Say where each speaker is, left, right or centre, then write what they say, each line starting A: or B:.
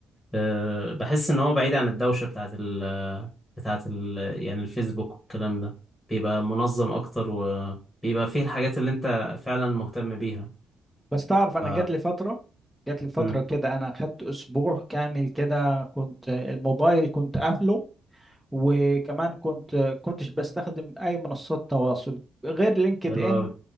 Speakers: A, on the left (about 15°); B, in the centre.
A: آه بحس ان هو بعيد عن الدوشة بتاعت ال بتاعت ال يعني الفيسبوك والكلام ده بيبقى منظم اكتر وبيبقى فيه الحاجات اللي انت فعلا مهتم بيها
B: بس تعرف انا
A: ف
B: جات لي فترة جات لي فترة
A: امم
B: كده انا خدت اسبوع كامل كده كنت الموبايل كنت قافله وكمان كنت كنتش بستخدم اي منصات تواصل غير لينكد
A: حلو
B: ان
A: قوي